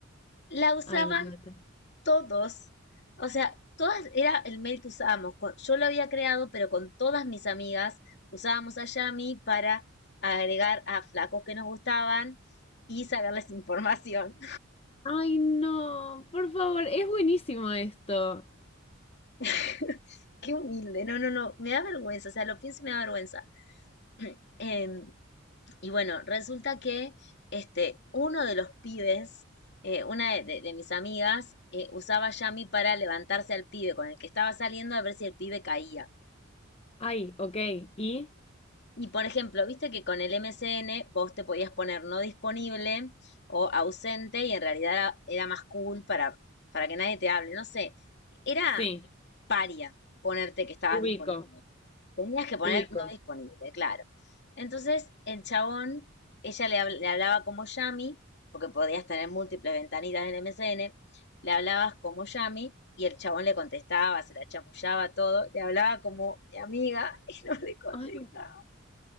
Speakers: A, on the left (about 55°); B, on the left (about 30°).
A: la usaba
B: Ay, me mata.
A: todos, o sea, todas era el mail que usábamos. Yo lo había creado, pero con todas mis amigas usábamos a Yami para agregar a flacos que nos gustaban y sacarles información.
B: Ay, no, por favor, es buenísimo esto.
A: <laughs> Qué humilde, no, no, no, me da vergüenza, o sea, lo pienso y me da vergüenza. Em, y bueno, resulta que este, uno de los pibes, eh, una de, de- de mis amigas, eh, usaba Yami para levantarse al pibe con el que estaba saliendo a ver si el pibe caía.
B: Ay, ok, ¿y?
A: Y por ejemplo, viste que con el MCN vos te podías poner no disponible o ausente y en realidad era, era más cool para, para que nadie te hable. No sé, era
B: Sí,
A: paria ponerte que estabas
B: ubico,
A: disponible. Tenías que poner
B: ubico.
A: no disponible, claro. Entonces, el chabón, ella le, habl- le hablaba como Yami, porque podías tener múltiples ventanitas del MCN, le hablabas como Yami y el chabón le contestaba, se la chamullaba todo, le hablaba como mi amiga <laughs> y no le contestaba.
B: Ay,